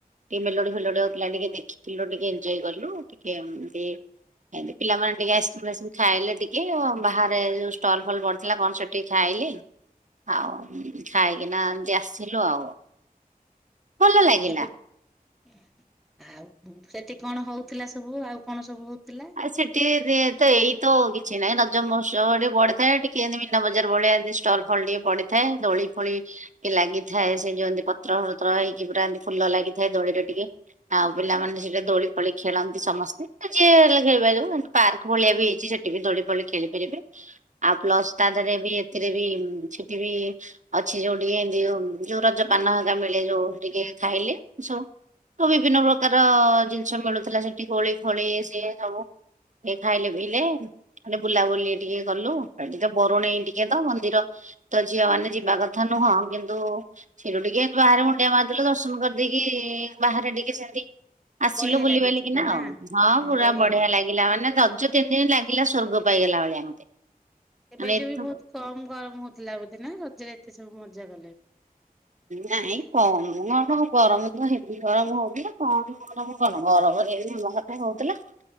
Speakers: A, on the right; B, in the centre.
A: ଟିକେ ମେଲୋଡି ଫେଲୋଡି ହଉଥିଲା ଟିକେ ଦେଖିଥିଲୁ ଟିକେ ଏଞ୍ଜୟ୍ କଲୁ ଟିକେ ଏମତି ଏମତି ପିଲାମାନେେ ଟିକେ ଆଇସ୍ କ୍ରିମ ଫାଇସ୍କ୍ରିମ୍ ଖାଇଲେ ଟିକେ ବାହାରେ ଯୋଉ ଷ୍ଟଲ ଫଲ ପଡିଥିଲା କଣ ସେ ଟି ଖାଇଲେ ଆଉ ଖାଇକିନା ଏମତି ଆସିଥିଲୁ ଆଉ। ଭଲ
B: ପିଠାପିଟ୍
A: ଲାଗିଲା।
B: ଆଉ ସେଠି କଣ ହଉଥିଲା ସବୁ ଆଉ କଣ ସବୁ ହଉଥିଲା?
A: ଆ ସେଠିରେ ତ ଏଇ ତ କିଛି ନାଇଁ ରଜ ମହୋତ୍ସବ ଟିକେ ପଢିଥାଏ ଟିକେ ଏମତି ମନା ବଜାର ବଢିଆ ଏମିତି ଷ୍ଟଲ। ଫଲ ଟିକେ ପଡିଥାଏ ଦୋଳି ଫୋଳି କି ଲାଗିଥାଏ ସେ ଯୋଉ ଏମତି ପତ୍ର ଫତ୍ର ହେଇକି ପୁରା ଏମିତି ଫୁଲ ଲାଗିଥାଏ ଦୋଳିରେ ଟିକେ। ଆଉ ପିଲାମାନେ ସେଠାରେ ଦୋଳି ପୋଳି ଖେଳନ୍ତି ସମସ୍ତେ। ଏ ଯିଏ ଲେ ସେଇଭଳିଆ ଯୋଉ ପାର୍କ ଭଳିଆ ବି ହେଇଛି ସେଠି ବି ଦୋଳି ପୋଳି ଖେଳି ପାରିବେ। ଆଉ ପ୍ଲସ ତା ଦେହେରେ ବି ଏଥିରେବି ସେଠି ବି ଅଛି ଯୋଉ ଟିକେ ଏମିତି ଯୋଉ ଯୋଉ ରଜ ପାନ ହେରିକା ମିଳେ ଯୋଉ ଟିକେ ଖାଇଲେ ସବୁ। ତ ବିଭିନ୍ନ ପ୍ରକାର ଜିନିଷ ମିଳୁଥିଲା ସେଠି କୋଳି ଫୋଳି ଏ ସିଏ। ସବୁ ଏ ଖାଇଲେ ପିଇଲେ ଆଉ ଟିକେ ବୁଲାବୁଲି ଟିକେ କଲୁ ଏଠି ତ ବରୁଣେଇ ଟିକେ ତ ମନ୍ଦିର ତ ଝିଅ ମାନେ ଯିବା କଥା ନୁହଁ କିନ୍ତୁ ସେଠୁ ଟିକେ ଏମତି ବାହାରେ ମୁଣ୍ଡିଆ ମାରିଦେଲୁ ଦର୍ଶନ କରିଦେଇକି ବାହାରେ ଟିକେ ସେମିତି। ଆସିଲୁ
B: ବଢିଆ
A: ବୁଲି
B: ଲାଗିଥିବ
A: ବାଲିକିନା
B: ନା?
A: ଆଉ ହଁ
B: ହୁଁ
A: ପୁରା
B: ବଢିଆ ଲାଗେ।
A: <unintelligible> ଗିଲା ମାନେ ରଜ ତିନି ଦିନି ଲାଗିଲା ସ୍ୱର୍ଗ ପାଇଗଲା ଭଳିଆ ମତେ।
B: ଏବା
A: ମାନେ
B: ଯେ
A: ଏତ
B: ବି ଉଉତ୍ କମ୍ ଗରମ ହଉତୁଲା ବୋଧେ ନା ରଜରେ ଏତେ ସବୁ ମଜା କଲେ।
A: ନାଇଁ କମ କଣ ଗରମ ତ ହେବି ଗରମ ହଉ <unintelligible> କଣ ଗରମ। କଣ ଗରମରେ ବି ମହ <unintelligible> ହଉତୁଲା।